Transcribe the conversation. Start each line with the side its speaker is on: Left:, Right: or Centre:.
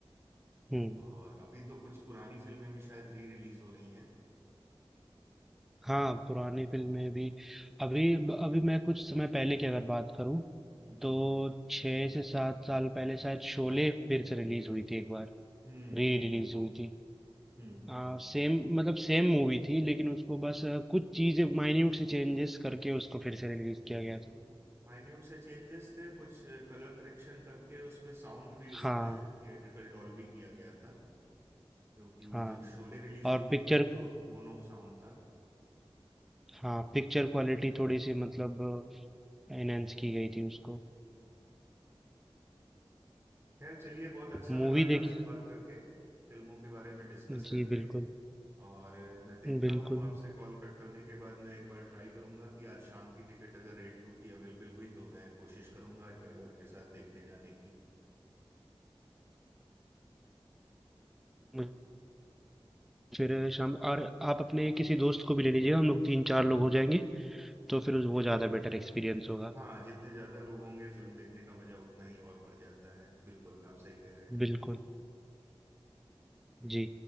Centre: हम्म,
Right: और अभी तो कुछ पुरानी फिल्में भी शायद री रिलीज हो रही हैं
Centre: हाँ, पुरानी फिल्में भी अभी अभी मैं कुछ समय पहले की अगर बात करूँ
Right: हम्म
Centre: तो छः से सात साल पहले शायद शोले फिर से रिलीज हुई थी एक बार
Right: हम्म
Centre: री
Right: हम्म
Centre: रिलीज हुई थी
Right: हम्म
Centre: आ, सेम मतलब सेम मूवी थी लेकिन उसको बस आ, कुछ चीजें माइन्यूट सी चेंजेस करके उसको फिर से रिलीज किया गया था
Right: हम्म माइन्यूट से चेंजेस थे कुछ कलर करेक्शन करके उसमें साउंड भी उसमें
Centre: हाँ
Right: थिएट्रिकल डॉल्बी किया गया था क्योंकि
Centre: हाँ
Right: जब शोले रिलीज हुई
Centre: और
Right: थी
Centre: पिक्चर
Right: तब तो मोनो साउंड था
Centre: हाँ पिक्चर क्वालिटी थोड़ी सी मतलब एनहेंस की गई थी उसको
Right: हम्म। खैर चलिए बहुत अच्छा
Centre: मूवी
Right: लगा आज आपसे
Centre: देखी
Right: बात करके फिल्मों के बारे में डिस्कस
Centre: जी
Right: करके
Centre: बिल्कुल
Right: और अ, मैं देखता
Centre: बिल्कुल
Right: हूँ आपसे कॉल कट करने के बाद मैं एक बार ट्राई करूंगा कि आज शाम की टिकट अगर रेट टू की अवेलेबल हुई तो मैं कोशिश करूंगा आज परिवार के साथ देखने जाने की
Centre: मुझे फिर शाम और आप अपने किसी दोस्त को भी ले लीजिएगा हम लोग तीन चार लोग हो जाएंगे तो फिर वो ज़्यादा बेटर एक्सपीरियंस होगा
Right: हाँ जितने ज्यादा लोग होंगे फिल्म देखने का मजा उतना ही और बढ़ जाता है बिल्कुल आप सही कह रहे हैं
Centre: बिल्कुल जी